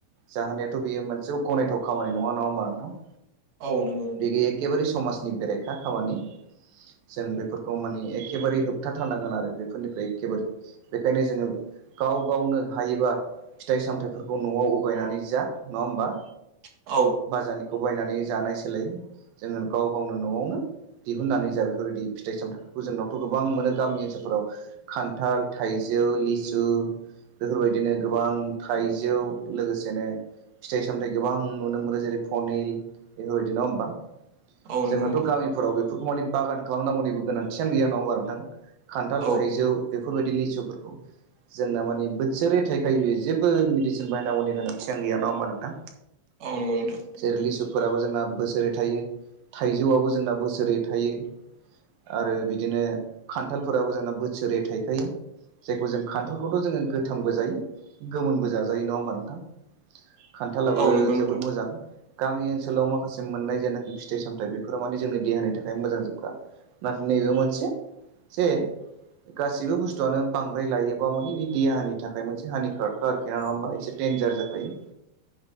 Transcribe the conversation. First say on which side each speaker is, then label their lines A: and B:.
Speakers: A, on the right; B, on the right.
A: जाहोनायाथ' बेयो मोनसे गनायथाव खामानि नङा-नङा होमबा नोंथां।
B: औ नंगौ नोंथां
A: बिदि एखेबारे समाजनि बेरेखा खामानि। जों बेफोरखौ माने एखेबारे होबथाथारनांगोन आरो बेफोरनिफ्राय एखेबारे बेखायनो जोङो गाव गावनो हायोबा फिथाइ सामथायाइफोरखौ न'आव उगायनानै जा नङा होमबा।
B: औ।
A: बाजारनिखौ बायनानै जानाय सोलाय जोङो गाव गावनो न'आवनो दिहुननानै जा बेफोरबायदि फिथाइ सामथायाइफोरखौ जोंनावथ' गोबां मोनो गामि ओनसोलफोराव। खान्थाल थाइजौ लिसु बेफोरबायदिनो गोबां थाइजौ लोगोसेनो फिथाइ सामथायाइ गोबां नुनो मोनो जेरै पनिल बेफोरबायदि नङा होमबा।
B: औ नंगौ
A: जोंहाथ'
B: नोंथां
A: गामिफोराव बेफोरखौ माने बागान खालामनांगौनिबो गोनांथियानो गैया नङामबा नोंथां। खान्थाल
B: औ
A: थाइजौ बेफोरबायदि लिसुफोरखौ। जोंना मानि बोसोरै थाइखायो बेयो जेबो मिडिसिन बाहायनांगौनि गोनांथिआनो गैया नङा होमबा नोंथां।
B: औ नंगौ नोंथां
A: जेरै लिसुफोराबो जोंना बोसोरै थायो थाइजौआबो जोंना बोसोरै थायो आरो बिदिनो खान्थालफोराबो जोंना बोसोरै थायखायो। जायखौ जों खान्थालखौथ' जोङो गोथांबो जायो गोमोनबो जाजायो नङा होमबा नोंथां। खान्थालाबो
B: औ नंगौ नोंथां
A: जोबोद मोजां। गामि ओनसोलाव माखासे मोननाय जायनाखि फिथाइ सामथाय बेफोर माने जोंनि देहानि था खाय मोजांजोबखा नाथाय नैबे मोनसे जे गासैबो बुस्थुआनो बांद्राय लायोबा मानि बे देहानि थाखाय मोनसे हानि खारखा आरोखि। बेेन नङा होमा एसे डेन्जार जाखायो।
B: <inaudible>